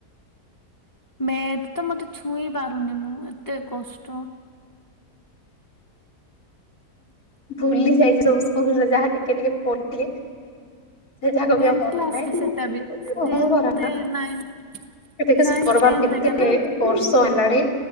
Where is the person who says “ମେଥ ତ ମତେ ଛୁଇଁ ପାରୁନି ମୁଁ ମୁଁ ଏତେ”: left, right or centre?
Left